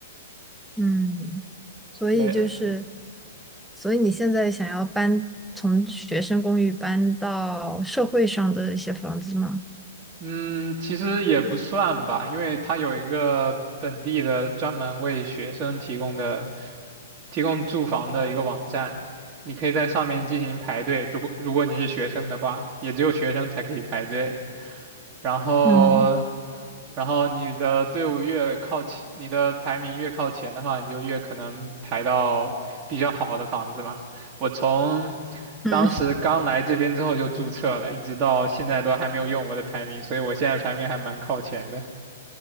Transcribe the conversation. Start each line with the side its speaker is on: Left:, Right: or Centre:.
Centre: 嗯，所以就是，
Right: 对，
Centre: 所以你现在想要搬，从学生公寓搬到社会上的一些房子吗？
Right: 嗯，其实也不算吧，因为它有一个本地的专门为学生提供的提供住房的一个网站，你可以在上面进行排队。如果如果你是学生的话，也只有学生才可以排队。然后
Centre: 嗯
Right: 然后你的队伍越靠前，你的排名越靠前的话，你就越可能排到比较好的房子嘛。我从
Centre: 嗯，
Right: 当时刚来这边之后就注册了，一直到现在都还没有用我的排名，所以我现在排名还蛮靠前的。